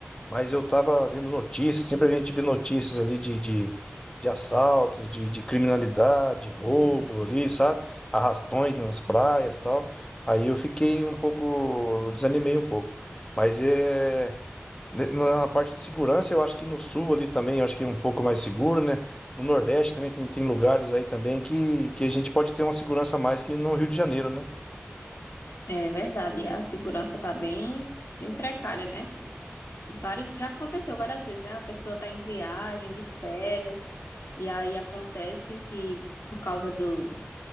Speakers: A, on the left (about 20°); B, on the left (about 80°).
A: mas eu tava vendo notícias, sempre a gente vê notícias ali de, de, de assaltos, de, de criminalidade, roubo ali, sabe? Arrastões nas praias e tal. Aí eu fiquei um pouco, desanimei um pouco. Mas é. Ne- Na parte de segurança, eu acho que no sul ali também, eu acho que é um pouco mais seguro, né? No Nordeste também tem, tem lugares aí também que, que a gente pode ter uma segurança a mais que no Rio de Janeiro, né?
B: É verdade, e a segurança tá bem, bem precária, né? Vários, já aconteceu várias vezes, né? A pessoa tá em viagem, de férias, e aí acontece que por causa do,